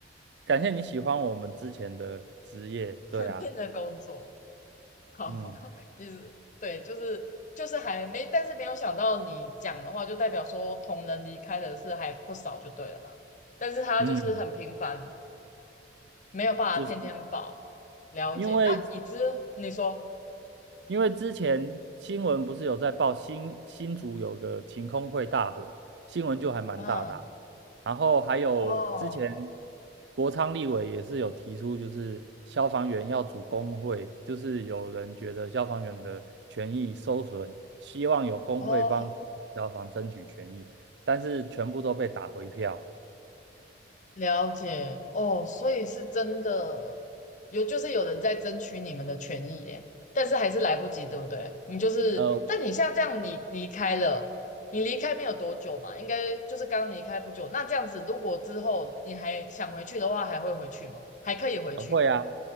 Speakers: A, on the right; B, on the left.
A: 感谢你喜欢我们之前的职业。
B: 的 <laughs>
A: 对啊，
B: 那工作。好吧，
A: 嗯
B: 意思对，就是就是还没，但是没有想到你讲的话，就代表说同人离开的是还不少，就对了啦。但是他就是很频繁，
A: 嗯，
B: 没有办法天天保了解。
A: 就是因为
B: 那已知你说，
A: 因为之前新闻不是有在报新新竹有个晴空会大火，新闻就还蛮大的啊
B: 嗯，
A: 然后还有之前
B: 哦
A: 国昌立委也是有提出，就是消防员要组工会，就是有人觉得消防员的权益受损，希望有工会帮基层消防争取权益，
B: 哦
A: 但是全部都被打回票。
B: 了解哦，所以是真的有，就是有人在争取你们的权益耶，但是还是来不及，对不对？你就是，
A: 呃，
B: 但你像这样，你离开了，你离开没有多久嘛，应该就是刚离开不久。那这样子，如果之后你还想回去的话，还会回去吗？还可以回去，
A: 呃会啊，